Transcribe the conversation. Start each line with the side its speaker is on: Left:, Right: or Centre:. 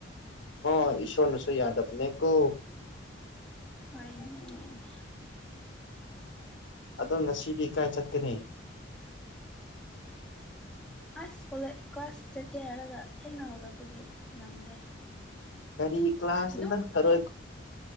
Left: ꯑ ꯏꯁꯣꯔ ꯅꯁꯨ ꯌꯥꯗꯕꯅꯦ ꯀꯣ
Centre: ꯍꯣꯏꯅꯦ
Left: ꯑꯗꯣ ꯉꯁꯤꯗꯤ ꯀꯥꯏ ꯆꯠꯀꯅꯤ
Centre: ꯀ꯭ꯂꯥꯁ ꯀꯣ ꯀ꯭ꯂꯥꯁ ꯆꯠꯀꯦ ꯍꯥꯏꯔꯒ ꯊꯦꯡꯅ ꯍꯧꯒꯠꯄꯒꯤ ꯅꯪꯗ꯭ꯔꯦ
Left: ꯀꯔꯤ ꯀ꯭ꯂꯥꯁ
Centre: ꯑꯗꯨꯝ
Left: ꯅꯗ ꯊꯔꯣ ꯑꯩ